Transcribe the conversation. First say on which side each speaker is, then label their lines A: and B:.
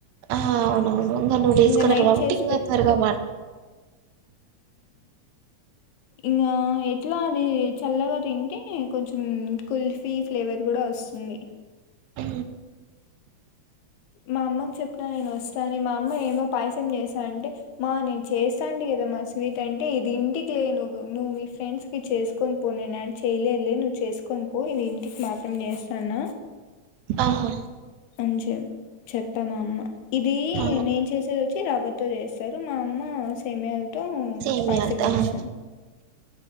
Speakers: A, on the right (about 75°); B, on the left (about 85°).
A: ఆ అవునవును నువ్వు డేస్
B: ఇంగ
A: స్కాలర్
B: నైట్
A: కాబట్టి
B: చేస్
A: ఇంగ
B: పెట్
A: త్వరగా మాడ్
B: ఇంకా ఎట్లా అది చల్లగా తింటే కొంచెం కుల్ఫీ ఫ్లేవర్ కూడా వస్తుంది
A: ఉ
B: మా అమ్మకి చెప్పిన నేను వస్తాని మా అమ్మ ఏమో పాయసం చేశా అంటే మా నేను చేస్తాండి కదా మస్ స్వీట్ అంటే ఇది ఇంటికి లే నువు నువ్వు మీ ఫ్రెండ్స్ కి చేసుకొని పో నేను అన్ చేయలేదులే నువ్వు చేసుకొని పో ఇది ఇంటికి మాత్రం చేస్తన్న
A: ఆహా
B: నూచెం చెప్పా మా అమ్మ ఇది
A: అవును
B: నేను చేసేది వచ్చ ఇది రవ్వతో చేస్తారు మా అమ్మ సెమీయాల తో
A: సేమియాలు
B: పాయసం
A: ఆహా
B: చేస్తది